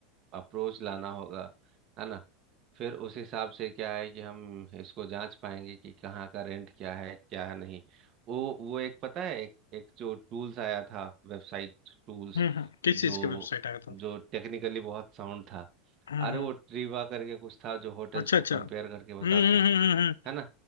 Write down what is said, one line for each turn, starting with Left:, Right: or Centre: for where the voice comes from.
Right: अप्रोच लाना होगा है ना फिर उस हिसाब से क्या है कि हम इसको जांच पाएंगे कि कहाँ का रेंट क्या है क्या है नहीं वो वो एक पता है एक एक जो टूल्स आया था वेबसाइट टूल्स
Left: हम्म हम्म किस
Right: जो
Left: चीज के वेबसाइट आया था
Right: जो टेक्निकली बहुत साउंड था
Left: हम्म
Right: अरे
Left: हम्म
Right: वो ट्रीवा करके कुछ था जो होटल्स
Left: अच्छा
Right: को
Left: अच्छा
Right: कंपेयर
Left: हम्म
Right: करके बताता
Left: हम्म
Right: है
Left: हम्म हम्म, हम्म।
Right: है ना